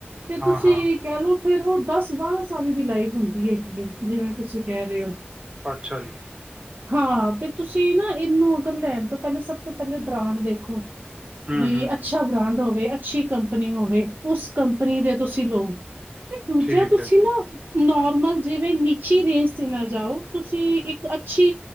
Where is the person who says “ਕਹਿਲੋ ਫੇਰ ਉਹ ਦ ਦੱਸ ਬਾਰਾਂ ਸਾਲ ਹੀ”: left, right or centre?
Right